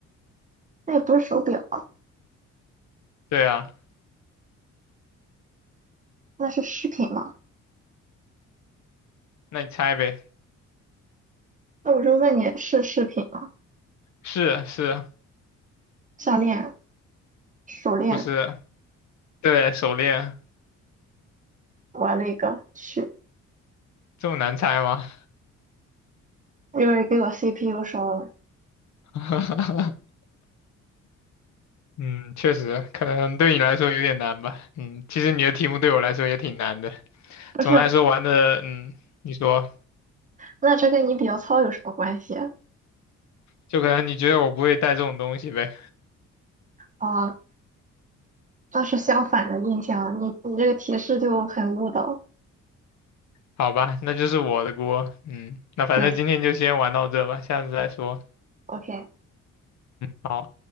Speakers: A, on the right; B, on the left.
A: 那也不是手表啊，
B: 对啊，
A: 那是饰品吗？
B: 那你猜呗，
A: 那我就问你是饰品吗？
B: 是是
A: 项链、手链，
B: 不是？对，手链
A: 我了个，去，
B: 这么难猜吗？
A: 又是给我 CPU 烧了。
B: <laughs> 嗯，确实，可能对你来说有点难吧。嗯，其实你的题目对我来说也挺难的。
A: 不是，
B: 总的来说玩的，嗯，你说，
A: 那这跟你比较糙有什么关系啊？
B: 就可能你觉得我不会带这种东西呗？
A: 啊倒是相反的印象，你你这个提示就很误导。
B: 好吧，那就是我的锅。嗯，那反正今天就先玩到这吧，
A: 对
B: 下次再说。
A: ，OK，
B: 好。